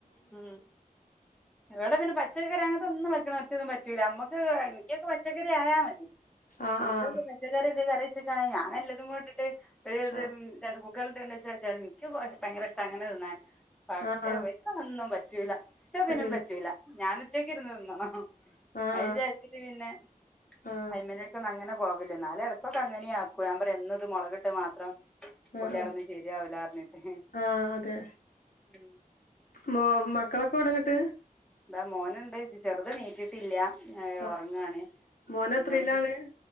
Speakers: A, in the centre; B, on the left (about 70°).
A: ഉം
B: <inaudible>
A: എവിടെ പിന്നെ പച്ചക്കറി അങ്ങനത്തെ ഒന്നും വെക്കണം ഒറ്റൊന്നും പറ്റൂല നമ്മുക്ക് എനിക്കൊക്കെ പച്ചക്കറി ആയാ മതി
B: ആഹ്
A: എന്ത <unintelligible> പച്ചക്കറി എന്തേ കറി വെച്ചക്കാണോ ഞാൻഎല്ലതും കൊട്ടിട്ട് ഒരു ത്
B: ആഹ്
A: <unintelligible> കുക്കർല്ട്ട്ക്കാണ്ട് <unintelligible> ഇൻക്ക് ഭയര ഇഷ്ട അങ്ങനെ തിന്നാൻ. പക്ഷെ
B: ആഹ് ആഹ് ആഹ്
A: ഇവർക്ക് അതൊന്നും പറ്റൂല. ഇച്ചതിനും
B: പറ്റൂല
A: പറ്റൂല്ല. ഞാന ഒറ്റയ്ക്കിരുന്ന് തിന്നണം.
B: ആഹ് ആഹ്
A: അയിചാരിച്ചിട്ട് പിന്നെ
B: ആഹ്
A: അയ്മന് പ്പം അങ്ങനെ പോവല്ലേ, ന്നാലെ ടക്കൊക്കെ അങ്ങനിം ആക്കും. ഞാൻ പറയ്, എന്നുത് മൊളകിട്ടത് മാത്രം
B: ആഹ്
A: കൂട്ടിയാലൊന്നും ശരിയാവൂലാ പറഞ്ഞിട്ട്
B: അ ആഹ് അതെ
A: ഉം
B: മൊ മക്കളൊക്കെ എവ്ടങ്ങട്ട്?
A: ഇതാ മോന്ണ്ട്. ന്റെ ചെറുത് നീച്ചിട്ടില്ല. ഏഹ്
B: ആഹ്
A: ഒറങ്ങാണ്.
B: മോനെത്രീലാണ്
A: പിന്നെ <unintelligible>